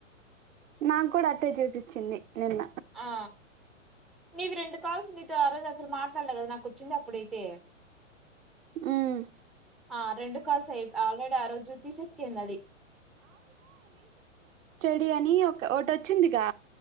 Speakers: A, on the right; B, in the centre.
A: నాకు కూడా అట్టే చూపిచింది నిన్న
B: ఆ నవ రెం కాల్స్ మీ అరజసలు మా వల నాకుచచ్చ ఇప్పుడైతే
A: ఉమ్
B: ఆ రెండు కాల్ సయి ఆల్రెడీ ఆ రోజు జ్యోతిషట్ కిందది
A: ఇ అని ఒక ఒకటి వచ్చిందిగా